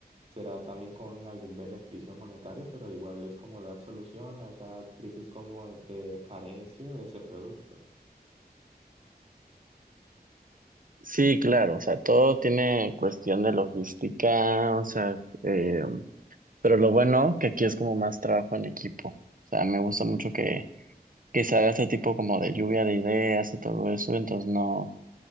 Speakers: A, on the right; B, on the right.
A: será también con algún beneficio monetario, pero igual es como dar solución a esa crisis como de carencia de ese producto.
B: Sí, claro, o sea, todo tiene cuestión de logística, o sea, eh, pero lo bueno que aquí es como más trabajo en equipo, o sea, me gusta mucho que, que se haga ese tipo como de lluvia de ideas y todo eso, entonces no,